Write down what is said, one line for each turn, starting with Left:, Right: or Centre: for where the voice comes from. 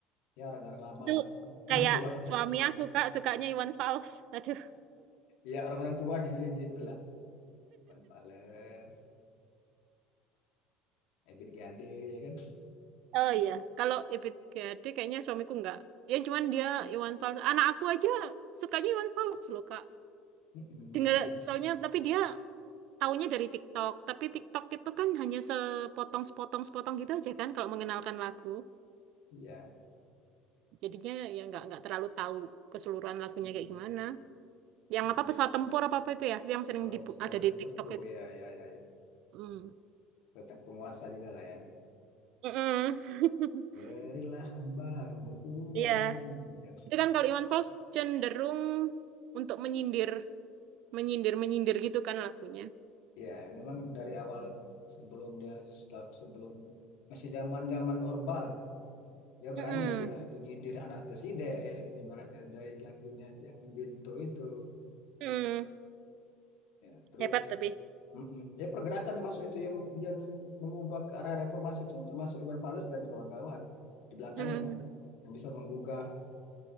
Left: ya orang-orang lama
Right: itu
Left: lah orang tua <laughs> orang
Right: kayak
Left: tua.
Right: suami aku kak sukanya Iwan Fals aduh
Left: ya orang-orang tua gitu gitulah Iwan Fals Ebit G Ade ya kan?
Right: Oh iya, kalau Ebit GAD kayaknya suamiku nggak, Ya cuman dia Iwan
Left: Iya.
Right: Fals. Anak aku aja sukanya Iwan Fals loh, Kak.
Left: Mm-mm,
Right: Dengar
Left: iya.
Right: soalnya tapi dia taunya dari TikTok. Tapi TikTok itu kan hanya sepotong-sepotong-sepotong gitu aja kan kalau mengenalkan lagu.
Left: Iya.
Right: Jadinya ya nggak nggak terlalu tahu keseluruhan lagunya
Left: Mm-mm,
Right: kayak gimana. Yang
Left: mm-mm.
Right: apa pesawat tempur apa apa itu ya, yang sering
Left: Oh,
Right: dibu-
Left: pesawat
Right: ada di
Left: tempurku.
Right: TikTok itu.
Left: Ya, ya, ya, ya.
Right: Hmm.
Left: Tentang penguasa juga lah ya.
Right: Mm-mm.
Left: Berilah
Right: <laughs>
Left: hambamu uang
Right: Iya,
Left: gitu.
Right: itu kan kalau Iwan Fals cenderung untuk menyindir, menyindir, menyindir gitu kan lagunya.
Left: Ya, memang dari awal sebelum dia sta- sebelum masih zaman-zaman Orba lah, dia
Right: Mm-mm.
Left: berani dia tuh nyindir anak presiden ibaratnya dari lagunya yang Bintu itu.
Right: Mm.
Left: Ya, terus
Right: Hebat tapi.
Left: Mm-mm. Ya pergerakan termasuk itu yang yang mengubah ke arah reformasi itu termasuk Iwan Fals dan kawan-kawan di belakangnya
Right: Mm.
Left: yang bisa menggugah